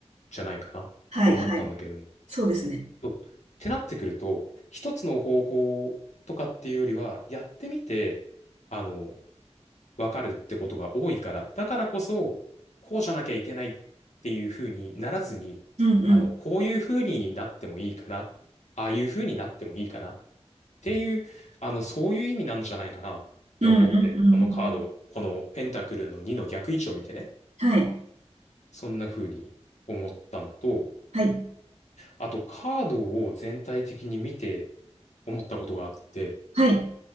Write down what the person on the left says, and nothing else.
じゃないかなって思ったんだけれども。
そうってなってくると、一つの方法とかっていうよりは、やってみて、あの、わかるってことが多いから、だからこそ、こうじゃなきゃいけないっていうふうにならずに、
あの、こういうふうになってもいいかな、ああいうふうになってもいいかなっていう、あの、そういう意味なんじゃないかなって思って、
このカード、このペンタクルの2の逆位置を見てね、
そんな風に思ったのと、
あとカードを全体的に見て、思ったことがあって、